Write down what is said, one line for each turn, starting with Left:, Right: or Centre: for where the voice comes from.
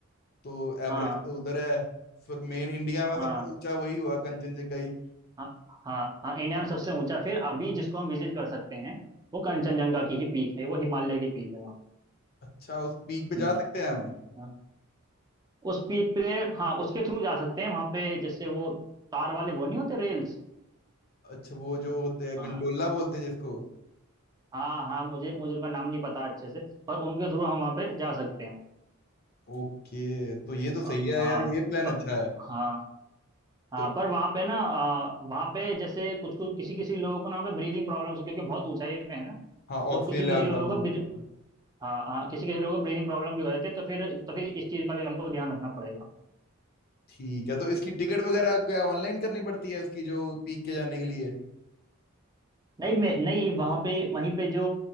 Left: तो एवरेस्ट
Right: हाँ
Left: तो उधर है फिर मेन इंडिया में
Right: हाँ
Left: सबसे ऊंचा वही हुआ कंचनजंगा ही
Right: हाँ हाँ हाँ इंडिया में सबसे ऊंचा फिर अभी जिसको हम विजिट कर सकते हैं वो कंचनजंगा की ही पीक है वो हिमालय की पीक है वहाँ
Left: अच्छा उस पीक पे जा
Right: हम्म
Left: सकते हैं हम
Right: हाँ। उस पीक पे हाँ उसके थ्रू जा सकते हैं वहां पे जैसे वो तार वाले वो नहीं होते रेल्स
Left: अच्छा वो जो होते हैं
Right: हाँ
Left: गंडोला बोलते हैं जिसको
Right: हाँ हाँ मुझे मुझे उनका नाम नहीं पता अच्छे से पर उनके थ्रू हम वहाँ पे जा सकते हैं
Left: ओके तो ये तो सही
Right: अ,
Left: है
Right: हाँ
Left: यार ये प्लान
Right: प,
Left: अच्छा है
Right: हाँ हाँ
Left: तो
Right: पर वहाँ पे ना अ, वहाँ पे जैसे कुछ कुछ किसी किसी लोगों को ना वहाँ पे ब्रीदिंग प्रॉब्लम्स क्योंकि बहुत ऊंचाई पे है ना
Left: हाँ
Right: तो
Left: ऑक्सीजन
Right: किसी
Left: लेवल
Right: किसी लोगों
Left: कम हो
Right: को
Left: गया
Right: ब्री-
Left: पर
Right: हाँ हाँ किसी किसी लोगों को ब्रीदिंग प्रॉब्लम भी हो जाती है तो फिर तो फिर इस चीज़ का भी हमको ध्यान रखना पड़ेगा
Left: ठीक है तो इसकी टिकट वगैरह क्या ऑनलाइन करनी पड़ती है इसकी जो पीक के जाने के लिए
Right: नहीं मैं नहीं वहां पे वहीं पे जो